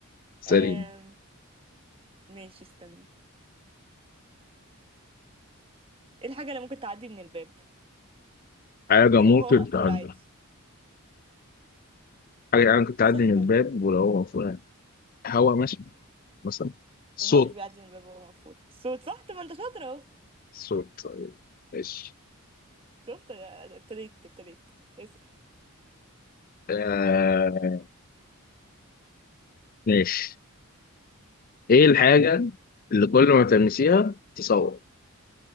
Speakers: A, on the left (about 40°); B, on the right (about 25°).
A: سليم
B: آم، ماشي استنى ايه الحاجة اللي ممكن تعدي من الباب
A: حاجه
B: من
A: ممكن
B: غير هو مقفول
A: تعدي
B: عادي
A: حاجه انا كنت اعدي
B: سهلة
A: من الباب ولو هو مقفول. هوا ماشي مثلا صوت
B: الهوا مش بيعدي من الباب وهو مقفول الصوت صح طب ما انت شاطر اهو
A: صوت طيب. ماشي
B: شفت أنا- أنا ابتديت ابتديت اسأل
A: آه ماشي ايه الحاجة اللي كل ما تلمسيها تصوت